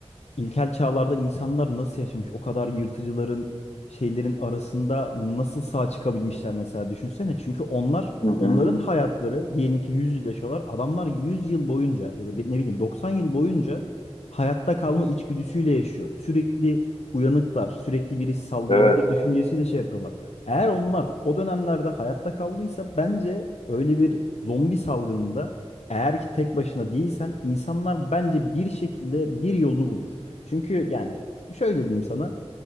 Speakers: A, on the left; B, on the left.
A: İlkel çağlarda insanlar nasıl yaşamış? O kadar yırtıcıların şeylerin arasında nasıl sağ çıkabilmişler mesela düşünsene. Çünkü onlar
B: Hı hı.
A: onların hayatları diyelim ki 100 yıl yaşıyorlar. Adamlar 100 yıl boyunca ya da ne bileyim 90 yıl boyunca hayatta kalma içgüdüsüyle yaşıyor. Sürekli uyanıklar, sürekli birisi saldırabilir
B: Evet.
A: düşüncesiyle şey yapıyorlar. Eğer onlar o dönemlerde hayatta kaldıysa bence öyle bir zombi salgınında eğer ki tek başına değilsen insanlar bence bir şekilde bir yolunu bulur. Çünkü yani şöyle diyeyim sana.